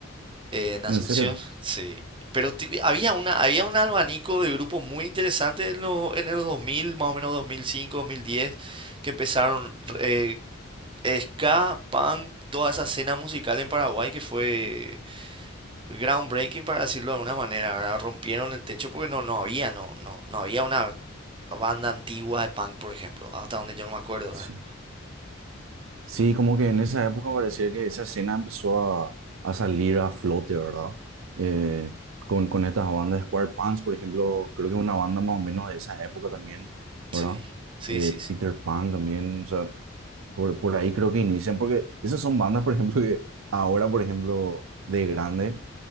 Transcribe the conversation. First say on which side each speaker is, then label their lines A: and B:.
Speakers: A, on the right; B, on the right.
A: Eh, en Asunción,
B: ¿En serio?
A: sí. Pero ti- había una, había un abanico de grupos muy interesantes en los, en los 2000, más o menos 2005, 2010, que empezaron eh, ska, punk, toda esa escena musical en Paraguay que fue groundbreaking, para decirlo de alguna manera, ¿verdad? Rompieron el techo porque no, no había, no, no, no había una banda antigua de punk, por ejemplo, hasta donde yo no me acuerdo,
B: Sí.
A: ¿verdad?
B: Sí, como que en esa época parecía que esa escena empezó a, a salir a flote, ¿verdad? Eh, con, con estas bandas Square Pants, por ejemplo, creo que es una banda más o menos de esa época también,
A: Sí,
B: ¿verdad?
A: sí,
B: Eh,
A: sí, sí.
B: Peter Pan también, o sea, por, por ahí creo que inician, porque esas son bandas, por ejemplo, que ahora, por ejemplo, de grande,